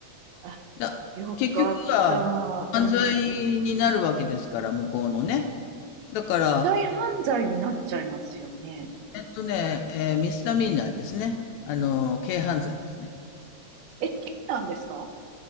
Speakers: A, on the right (about 70°); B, on the left (about 80°).
A: あ、
B: だ、
A: よかった。
B: 結局は、犯罪になるわけですから、
A: うん。
B: 向こうのね。だから、
A: 再犯罪になっちゃいますよね。
B: えっとね、えーミスタミナーですね。あの、軽犯罪ですね。
A: え、刑なんですか